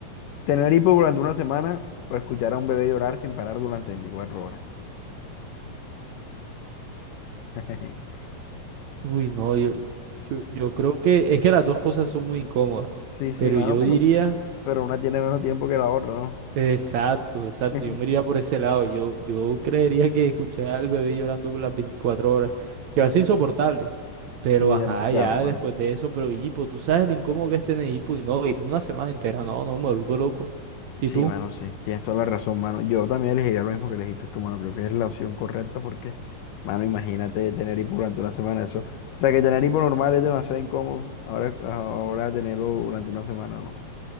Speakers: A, on the left; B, on the right.
A: ¿Tener hipo durante una semana o escuchar a un bebé llorar sin parar durante veinticuatro horas? <laughs>
B: Uy, no, yo, yo, yo creo que es que las dos cosas son muy incómodas,
A: Sí, sí,
B: pero
A: mano,
B: yo
A: pero,
B: diría,
A: pero una tiene menos tiempo que la otra, ¿no?
B: exacto, exacto,
A: <laughs>
B: yo me iría por ese lado, yo, yo creería que escuchar al bebé llorando por las 24 horas, que va a ser insoportable, pero
A: Sí, demasiado,
B: ajá, ya
A: mano.
B: después de eso, pero hipo, tú sabes lo incómodo que es tener hipo y no, y tú una semana entera, no, no, me vuelvo loco. ¿Y
A: Sí,
B: tú?
A: mano, sí, tienes toda la razón, mano. Yo también elegiría lo mismo que elegiste tú, mano. Creo que es la opción correcta porque, mano, imagínate tener hipo durante una semana. Eso, o sea, que tener hipo normal es demasiado incómodo. Ahora, ahora tenerlo durante una semana, no.